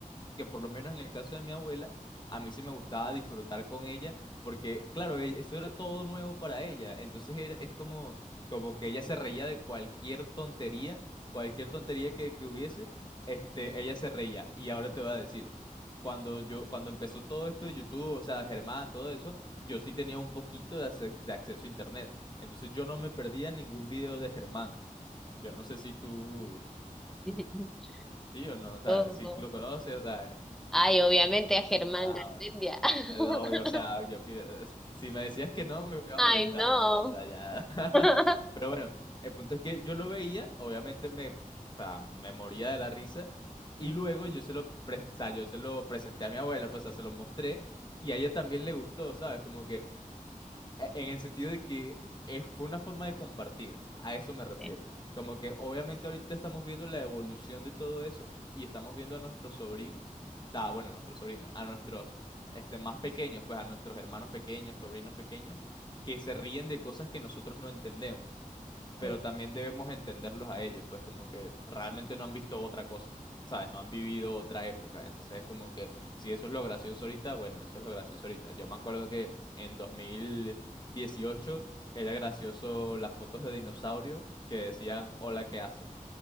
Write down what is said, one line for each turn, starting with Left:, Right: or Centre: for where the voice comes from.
Left: que por lo menos en el caso de mi abuela, a mí sí me gustaba disfrutar con ella, porque claro, e- eso era todo nuevo para ella, entonces era, es como, como que ella se reía de cualquier tontería, cualquier tontería que, que hubiese, este, ella se reía, y ahora te voy a decir, cuando yo, cuando empezó todo esto de YouTube, o sea, Germán, todo eso, yo sí tenía un poquito de, ace- de acceso a internet, entonces yo no me perdía ningún video de Germán, yo no sé si tú,
Centre: <laughs>
Left: sí o no, o sea,
Centre: Oh.
Left: si lo conoces, o sea...
Centre: Ay, obviamente a Germán
Left: Ah,
Centre: Garmendia. <laughs>
Left: Eh, no, Obvio, o sea, yo, que- si me decías que no, me iba a
Centre: Ay,
Left: molestar,
Centre: no.
Left: la verdad, o sea, ya. <laughs>
Centre: <laughs>
Left: Pero bueno, el punto es que yo lo veía, obviamente me, o sea, me moría de la risa, y luego yo se lo, pre- o sea, yo se lo presenté a mi abuela, pues, o sea, se lo mostré, y a ella también le gustó, ¿sabes? Como que, e- En el sentido de que eh, fue una forma de compartir, a eso me refiero.
Centre: Sí,
Left: Como que obviamente ahorita estamos viendo la evolución de todo eso y estamos viendo a nuestros sobrinos, o sea, bueno, a nuestros sobrinos, a nuestros este, más pequeños, pues a nuestros hermanos pequeños, sobrinos pequeños, que se ríen de cosas que nosotros no entendemos pero
Centre: sí.
Left: también debemos entenderlos a ellos, pues como que realmente no han visto otra cosa, ¿sabes? No han vivido otra época, entonces es como que si eso es lo gracioso ahorita, bueno, eso es lo gracioso ahorita. Yo me acuerdo que en 2018 era gracioso las fotos de dinosaurio que decían, hola, ¿qué hace?